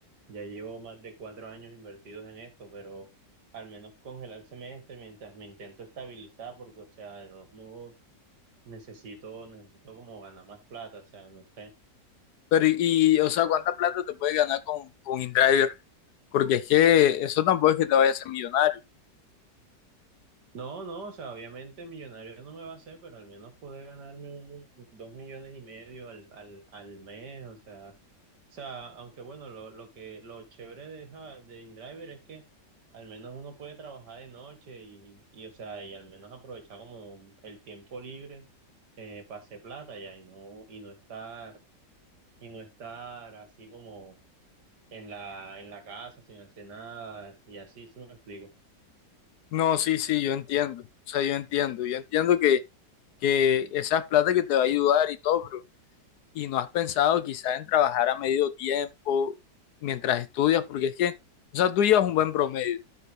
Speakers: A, on the right; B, on the left.
A: ya llevo más de cuatro años invertidos en esto, pero al menos congelar el semestre mientras me intento estabilizar, porque, o sea, de todos modos, necesito, necesito como ganar más plata, o sea, no sé.
B: Pero, y, y, o sea, ¿cuánta plata te puedes ganar con, con InDriver? Porque es que eso tampoco es que te vaya a hacer millonario.
A: No, no, o sea, obviamente millonario no me va a hacer, pero al menos poder ganarme un, dos millones y medio al, al, al mes, o sea, o sea, aunque bueno, lo, lo que, lo chévere de, esa- de InDriver es que al menos uno puede trabajar de noche y, y, o sea, y al menos aprovechar como el tiempo libre eh, para hacer plata ya y no, y no estar, y no estar así como en la, en la casa sin hacer nada y así, si me explico.
B: No, sí, sí, yo entiendo. O sea, yo entiendo. Yo entiendo que, que esas plata que te va a ayudar y todo, pero y no has pensado quizás en trabajar a medio tiempo mientras estudias, porque es que, o sea, tú llevas un buen promedio.